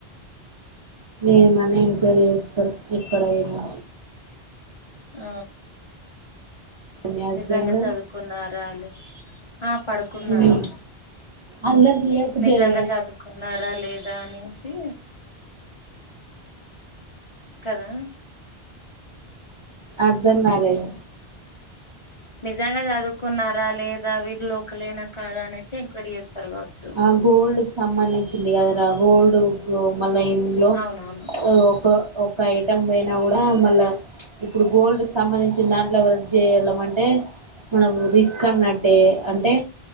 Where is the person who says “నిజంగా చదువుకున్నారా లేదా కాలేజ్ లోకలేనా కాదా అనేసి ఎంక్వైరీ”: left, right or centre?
Left